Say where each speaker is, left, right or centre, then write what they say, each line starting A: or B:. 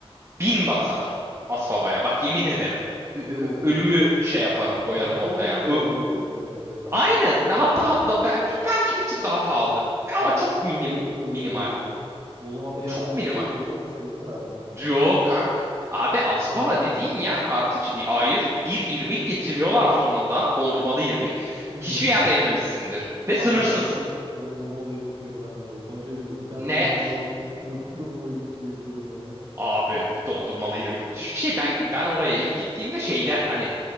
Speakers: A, on the right; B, on the right.
A: bin basar Asbaba'ya. Bak yemin ederim. Ö-
B: diyorsun.
A: ö- Ölümü şey yaparım koyarım
B: Fiyatları
A: ortaya.
B: ne kadar
A: Ö-
B: oynuyor ki acaba o zaman?
A: Aynı. Ne, Hatta, hatta be- bir- belki bir tık daha pahalıdır. Ama
B: Aa,
A: çok minim
B: ö- öyle
A: minimal.
B: bir de. O zaman bir yerden
A: Çok
B: kısıyordur
A: minimal.
B: oğlum şey mi vermiyor adı
A: Yok
B: nedir?
A: kank. Abi Aspava
B: İkram mı yok?
A: dediğin yer artık şey, hayır bir irmik getiriyorlar sonunda dondurmalı irmik.
B: Hmm.
A: Hiçbir yerde yememişsindir ve
B: Kanka
A: sınırsız.
B: ya do dondurmalı irmik beni benden alıyor. Sana bir şey diyeyim mi? Bir tane
A: Ne
B: lahmacun alıp 3 kilo <laughs> dondurmalı irmik yiyebilirim yani.
A: Abi dondurmalı irmik müthiş bir şey. Ben ben oraya ilk gittiğimde şeyden hani